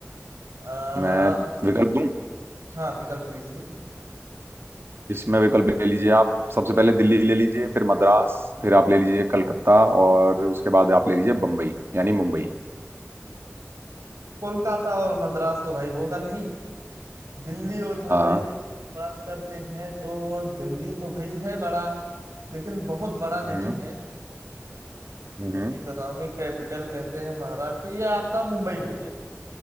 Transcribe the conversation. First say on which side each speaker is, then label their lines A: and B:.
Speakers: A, on the right; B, on the right.
A: आ,
B: मैं विकल्प दूं
A: हाँ विकल्प दीजिए
B: इसमें विकल्प ले लीजिए आप सबसे पहले दिल्ली ले लीजिए फिर मद्रास फिर आप ले लीजिए कलकत्ता और उसके बाद आप ले लीजिए बम्बई यानी मुंबई
A: कोलकाता और मद्रास तो भाई होगा नहीं दिल्ली और मुंबई
B: हाँ
A: में बात करते हैं तो दिल्ली तो भाई है बड़ा लेकिन बहुत बड़ा
B: हम्म
A: नहीं है
B: हम्म
A: इकोनॉमिक कैपिटल कहते हैं महाराष्ट्र को ये आपका मुंबई हो गया